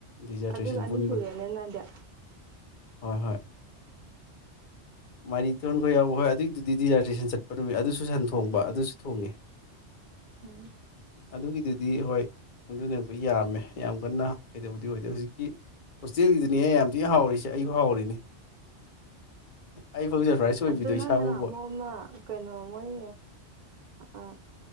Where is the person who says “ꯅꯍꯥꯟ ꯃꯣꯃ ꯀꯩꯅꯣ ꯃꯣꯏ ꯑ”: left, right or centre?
Right